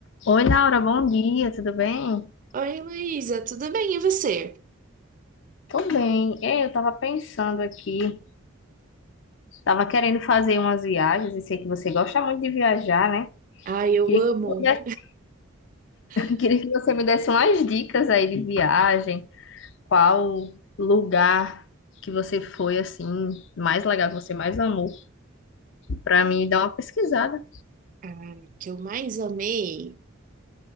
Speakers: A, on the left (about 60°); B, on the right (about 40°).
A: Oi, Laura, bom dia, tudo bem?
B: Oi, Heloísa, tudo bem? E você?
A: Tô bem. Ei, eu tava pensando aqui, tava querendo fazer umas viagens e sei que você gosta muito de viajar, né?
B: Ai, eu
A: Queria
B: amo.
A: que, você me <laughs> desse-
B: <laughs>
A: queria que você me desse umas dicas aí de viagem, qual lugar que você foi, assim, mais legal, que você mais amou, pra mim dar uma pesquisada.
B: O que eu mais amei.